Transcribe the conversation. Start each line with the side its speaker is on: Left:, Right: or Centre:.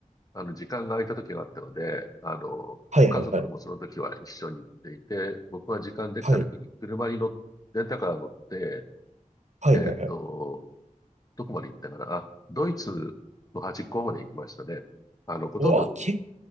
Left: あの、時間が空いた時があったので、あの、
Right: はいはいはい、
Left: 家族もその時は一緒に行っていて、僕は時間できた時に車に乗っ、
Right: はい、
Left: レンタカー乗って、
Right: はいはいはい。
Left: えーっと、どこまで行ったかなあ、ドイツの端っこまで行きましたね。あの、ほとんど、
Right: うわ、結